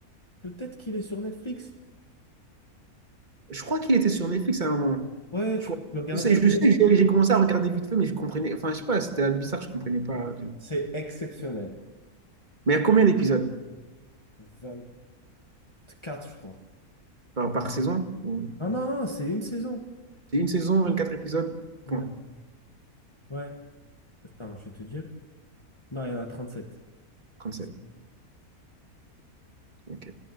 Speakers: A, on the left; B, on the right.
A: peut-être qu'il est sur Netflix.
B: Je crois qu'il était sur Netflix à un moment.
A: Ouais,
B: Je
A: tu
B: crois-
A: peux le regarder.
B: je sais,
A: mais
B: je sais, que j'ai j'ai commencé à regarder vite fait, mais je comprenais. Enfin, je sais pas, c'était bizarre, je comprenais pas.
A: C'est exceptionnel.
B: Mais il y a combien d'épisodes
A: 24, je crois.
B: par, par saison? Ou-
A: Non, non, non, c'est une saison.
B: C'est une saison, vingt-quatre épisodes?
A: Ouais,
B: Point.
A: ouais. Attends, je vais te dire. Non, il y en a 37.
B: sept Ok.